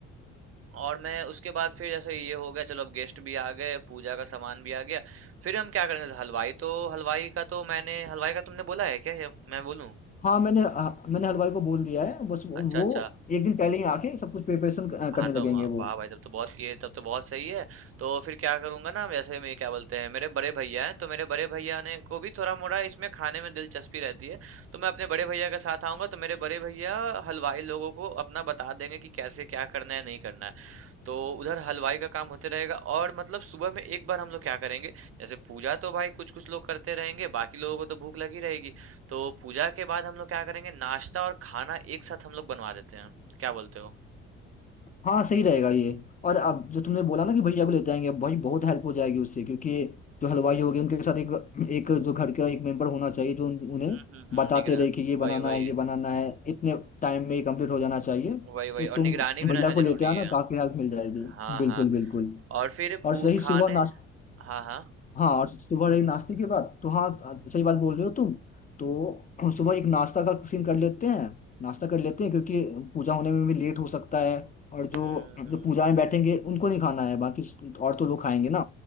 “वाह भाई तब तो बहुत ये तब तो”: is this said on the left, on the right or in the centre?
Right